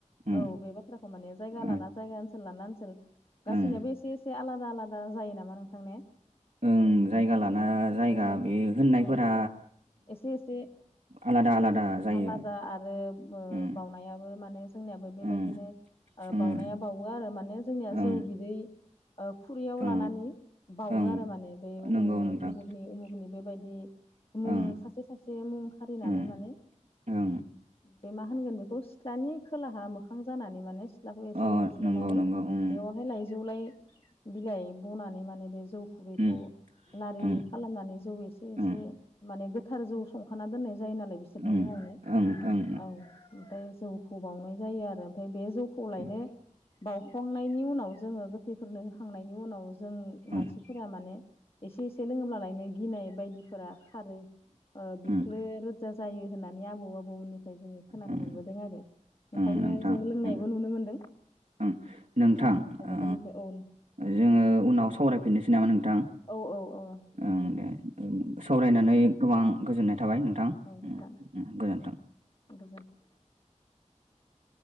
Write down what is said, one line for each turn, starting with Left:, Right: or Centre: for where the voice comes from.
Right: उम
Left: औ बे बाथ्राखौ माने जायगा
Right: उम
Left: लाना जायगा ओनसोल लाना ओनसोल गाससिनोाबो
Right: उम
Left: एसे एसे आलादा आलादा जायो नामा नोंथां ने?
Right: ओं जायगा लाना
Left: औ
Right: जायगा
Left: ओमफ्राय
Right: बे होननायफोरा
Left: औ एसे एसे
Right: आलादा आलादा। जायो।
Left: आलादा आरो
Right: उम
Left: बावनायाबो माने जोंनियाबो बेबायदिनो
Right: उम उम
Left: बावउनाया बावो आरो माने जोंनिया
Right: ओं
Left: जौ बिदै खुरैयाव
Right: ओं
Left: लानानै बावो
Right: ओं
Left: आरो माने बे
Right: नंगौ नोंथां
Left: उमुगनि उमुगनि बेबायदि मुं
Right: ओं
Left: सासे सासे मुं खारिनानै
Right: उम
Left: माने
Right: ओं
Left: बे मा होनगोन बेखौ? सिथ्लानि खोलाहा मोखां जानानै माने सिथ्लाखौ एसे
Right: अ
Left: लिरस्रोनानै
Right: नंगौ नंगौ उम
Left: बेवहाय लाइजौ लाय बिलाइ बनानै माने बे जौ खुरैखौ
Right: उम
Left: लारि
Right: उम
Left: खालामनानै जौ एसे
Right: उम
Left: एसे माने गोथ गोथार जौ संखाना दोननाय जायो नालाय बिसोरनि
Right: उम
Left: मुङावनो
Right: ओं उम उम
Left: औ ओमफ्राय जौखौ बावउनाय जायो आरो ओमफ्राय बे जौखौ लायनो
Right: उम
Left: बाउखांनायनि उनाव जोङो थैफोरनो होखांनायनि उनाव जों
Right: उम
Left: मानसिफोरा माने एसे एसे लोङोब्ला लायनो गिनाय बायदिफोरा खारो ओ बिखलो
Right: उम
Left: रोजा जायो। होननानै आबौ आबौ नाथाय जोो खोनानो
Right: उम
Left: मोनबोदों आरो
Right: ओं
Left: ओंखायनो
Right: नोंथां
Left: जों लोंनायबो
Right: उम
Left: नुनो मोन्दों।
Right: ओं नोंथां ओ
Left: दोननायखाय औ
Right: जोङो उनाव सावरायफिननोसै नामा नोंथां?
Left: औ औ औ नंगौ।
Right: ओं दे सावरायनानै गोबां गोजोननाय थाबाय नोंथां
Left: औ नोंथां
Right: उम उम गोजोन्थों।
Left: गोजोनथों।